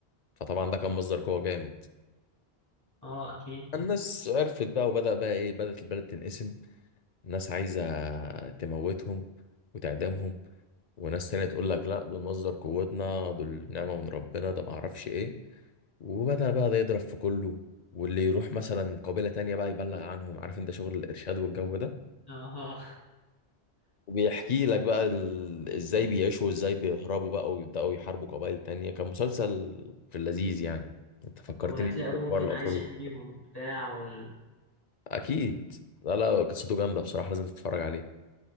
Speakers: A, on the left; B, on the left.
A: فطبعا ده كان مصدر قوه جامد
B: اه اكيد
A: الناس عرفت بقى وبدأ بقى ايه بدأت البلد تنقسم الناس عايزه تموتهم وتعدمهم وناس تانية تقول لك لا دول مصدر قوتنا دول نعمة من ربنا ده معرفش ايه وبدأ بقى ده يضرب في كله واللي يروح مثلا قبيلة تانية بقى يبلغ عنهم عارف انت شغل الإرشاد والجو ده
B: اه
A: وبيحكي لك بقى ال... ازاي بيعيشوا وازاي بيهربوا بقى ويبدأوا يحاربوا قبائل تانية كان مسلسل في اللذيذ يعني انت
B: <laughs>
A: فكرتني
B: وهتلاقي
A: بيه
B: ابوهم
A: في حوار
B: كان
A: الأصول
B: عايز يحميهم وبتاع وال...
A: أكيد لا لا قصته جامدة بصراحة لازم تتفرج عليه